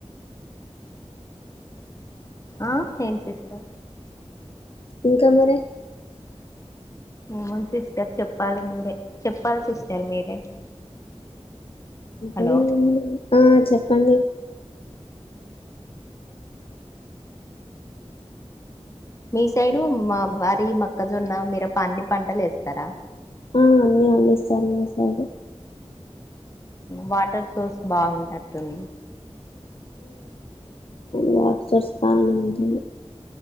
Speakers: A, on the left; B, on the left.
A: ఆ ఏేం సిస్టర్
B: ఇంకా మర
A: ఏము సిస్టర్ చెప్పాలి మీరే చెప్పాలీ సిస్టర్ మీరే హలో
B: అకాే చెప్పండి
A: మీ సైడు మా వరి మక్కజున్న మీర పా అన్ని పంటలు వేస్తారా
B: ఆ అన్నిీ పండిస్తారు మా సైడ్
A: వాట్ వార్ సోర్స్ బాగుంటారు తం
B: వాట్స స్ాని ఉంట